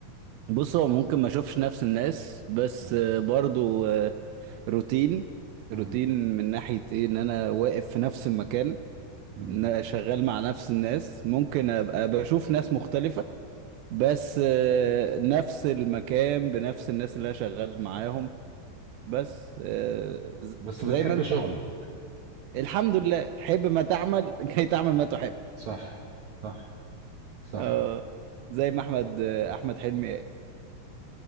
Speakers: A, on the right (about 85°); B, on the right (about 65°).
A: بص هو ممكن ما اشوفش نفس الناس بس
B: آه.
A: آه، برضو آه، روتين
B: آه.
A: روتين من ناحية ايه ان انا واقف في نفس المكان
B: مم.
A: إن أنا شغال مع نفس الناس ممكن ابقى بشوف ناس مختلفة بس آه، نفس المكان بنفس الناس اللي انا شغال معاهم بس آه، ز-
B: بس بتحب
A: زي ما انت
B: شغلك
A: الحمد لله حب ما تعمل كي تعمل ما تحب
B: صح صح صح
A: اه زي ما احمد احمد حلمي قال